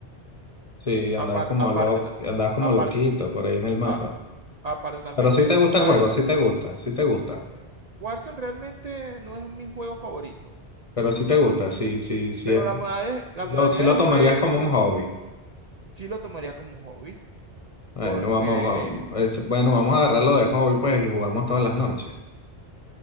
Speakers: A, on the left (about 35°); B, on the right (about 50°).
A: Sí, andabas
B: Apar-
A: como
B: aparte,
A: lo,
B: ta-
A: andabas como
B: aparte,
A: loquito por ahí en el mapa.
B: a- aparte también
A: Pero sí
B: que
A: te
B: no
A: gusta
B: estaba
A: el juego,
B: gritando
A: sí
B: mucho.
A: te gusta, sí te gusta.
B: Eh, Warzone realmente no es mi juego favorito,
A: Pero sí te gusta, sí, sí, sí
B: pero
A: es.
B: la modalidad, la
A: sí
B: modalidad
A: lo, sí lo
B: de
A: tomarías
B: juego
A: como un hobby.
B: sí lo tomaría como un hobby,
A: Bueno,
B: porque
A: vamos, vamos, es- bueno, vamos a agarrarlo de hobby pues y jugamos todas las noches.